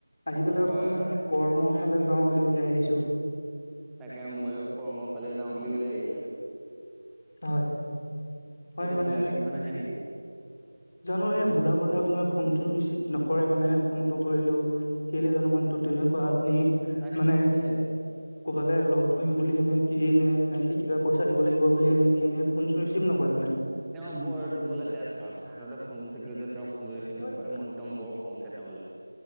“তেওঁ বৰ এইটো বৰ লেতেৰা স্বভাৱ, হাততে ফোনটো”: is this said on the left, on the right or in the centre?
Centre